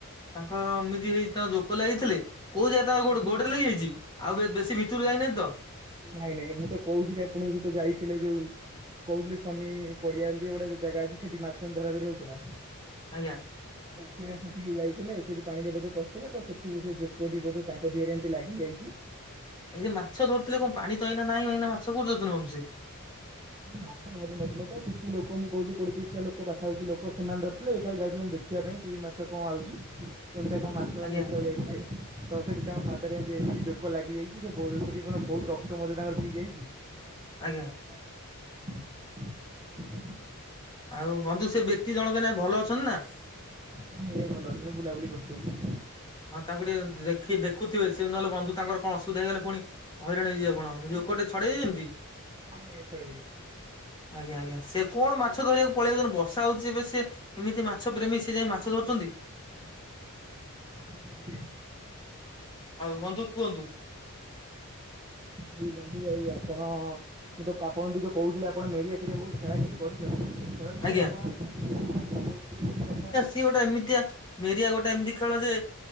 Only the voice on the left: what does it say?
ତାଙ୍କର ଏମିତି ହେଇ ତାଙ୍କ ଜୋକ ଲାଗିଥିଲା କୋଉ ଯାଗା ତାଙ୍କ
ଗୋଡରେ
ଲାଗିଯାଇଛି? ଆଉ ବେ ବେଶୀ ଭିତରୁ ଯାଇନାହାନ୍ତି ତ?
ଆଜ୍ଞା।
ଏଇ ମାଛ ଧରୁଥିଲେ କଣ ପାଣି ତ ଏଇନା ନାଇଁ ଏଇନା ମାଛ କୋଉଠି ଧରୁଛନ୍ତି ବନ୍ଧୁ ସିଏ?
ଆଜ୍ଞା
ଆଜ୍ଞା।
ଆଉ ବନ୍ଧୁ ସେ ବ୍ୟକ୍ତି ଜଣକ ନା ଭଲ ଅଛନ୍ତି ନା?
ହଁ ତାଙ୍କୁ ଟିକେ ଦେଖି ଦେଖୁଥିବେ ସେ ନହେଲେ ବନ୍ଧୁ ତାଙ୍କ ର କଣ ଅସୁବିଧା ହେଇଗଲେ ପୁଣି ହଇରାଣ ହେଇଯିବେ ଆପଣ ସେ ଜୋକଟେ ଛଡ଼େଇ ଦେଇଛନ୍ତି?
ଆଜ୍ଞା ଆଜ୍ଞା ସେ କଣ ମାଛ ଧରିବାକୁ ପଳେଇ ଯାଉଛନ୍ତି ବର୍ଷା ହଉଛି ଏବେ ସେ ଏମିତି ମାଛ ପ୍ରେମୀ ସେ ଯାଇ ମାଛ ଧରୁଛନ୍ତି।
ଆଉ ବନ୍ଧୁ କୁହନ୍ତୁ।
ଆଜ୍ଞା
ସେ ଗୋଟେ ଏମିତିଆ ମେରିଆ ଗୋଟେ ଏମିତି ଖେଳ ଯେ